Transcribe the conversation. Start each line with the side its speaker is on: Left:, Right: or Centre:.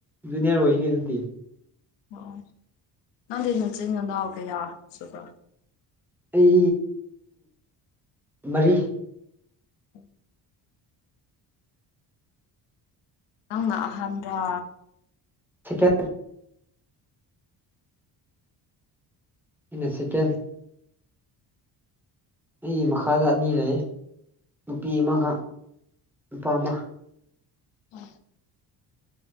Centre: ꯖꯨꯅꯤꯌꯔ ꯑꯣꯏꯒꯦ ꯑꯗꯨꯗꯤ
Left: ꯑꯣ ꯅꯪꯗꯤ ꯅꯆꯤꯟ ꯉꯅꯥꯎ ꯀꯌꯥ ꯁꯨꯕ
Centre: ꯑꯩ ꯃꯔꯤ
Left: ꯎ ꯑꯪꯍꯥꯟ꯭ꯔ
Centre: ꯁꯤꯀꯦ ꯏꯟꯅ ꯁꯀꯦꯜ ꯑꯩꯒꯤ ꯃꯈꯥꯗ ꯑꯅꯤ ꯂꯩ ꯅꯨꯄꯤ ꯑꯃꯒ ꯅꯨꯄꯥ ꯑꯃ
Left: ꯎ